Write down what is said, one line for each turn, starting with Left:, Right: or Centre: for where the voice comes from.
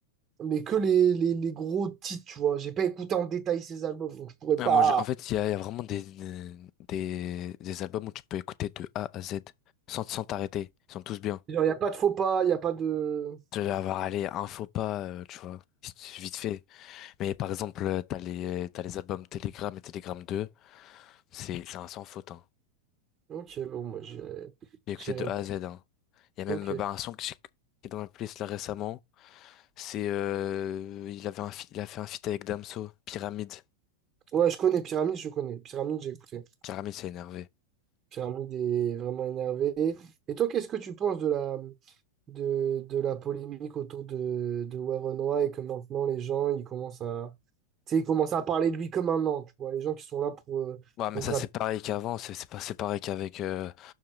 Right: mais que les, les, les gros titres, tu vois. J'ai pas écouté en détail ces albums, donc je pourrais
Left: Ah,
Right: pas.
Left: moi, je- En fait, il y a, il y a vraiment des, des, des albums où tu peux écouter de A à Z sans sans t'arrêter. Ils sont tous bien.
Right: Genre, il n'y a pas de faux pas, il n'y a pas de.
Left: Tu vas avoir allez, un faux pas, euh, tu vois, vite vite fait. Mais par exemple, euh, t'as les, euh, t'as les albums Telegram et Telegram 2, c'est c'est un sans faute, hein.
Right: Ok, bon, moi j'irai.
Left: J'ai écouté
Right: J'irai.
Left: de A à Z, hein. Il y a même
Right: Ok.
Left: bah, un son que j'ai- qui est dans ma playlist là récemment, c'est euh, il avait un feat- il a fait un feat avec Damso, Pyramide.
Right: Ouais, je connais Pyramide, je connais. Pyramide, j'ai écouté.
Left: Pyramide, c'est énervé.
Right: Pyramide est vraiment énervé. Et toi, qu'est-ce que tu penses de la, de, de la polémique autour de, de Warren White et que maintenant les gens, ils commencent à, tu sais, ils commencent à parler de lui comme un an, tu vois, les gens qui sont là pour, euh,
Left: Ouais, mais
Right: pour
Left: ça
Right: gratter.
Left: c'est pareil qu'avant, c'est c'est pas c'est pareil qu'avec euh,